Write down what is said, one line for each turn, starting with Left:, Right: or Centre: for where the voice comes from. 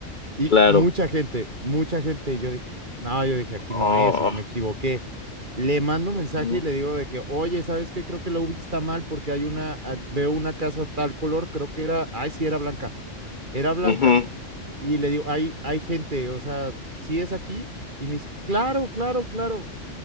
Right: Y
Left: claro.
Right: mucha gente, mucha gente, yo dije, no, yo dije, aquí
Left: Oh,
Right: no es, me equivoqué. Le mando un
Left: ujú,
Right: mensaje y le digo de que, oye, ¿sabes qué? Creo que la UBI está mal porque hay una, ah, veo una casa tal color, creo que era, ay, sí, era blanca, era blanca.
Left: ujú,
Right: Y le digo, hay, hay gente, o sea, si es aquí? Y me dice, claro, claro, claro.